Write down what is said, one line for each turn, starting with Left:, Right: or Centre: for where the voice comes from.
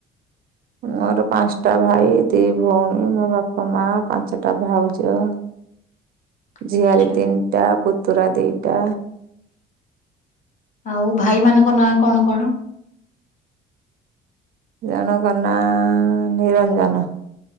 Right: ମୋର ପାଞ୍ଚଟା ଭାଇ ଦି ଭଉଣୀ ମୋ ବାପା ମା ପାଞ୍ଚଟା ଭାଉଜ। ଝିଆରୀ
Left: ଆଚ୍ଛା।
Right: ତିନିଟା ପୁତୁରା ଦିଟା।
Left: ଆଉ ଭାଇ ମାନଙ୍କ ନାଁ କଣ କଣ?
Right: ଜଣକ ନାଁ ନିରଞ୍ଜନ।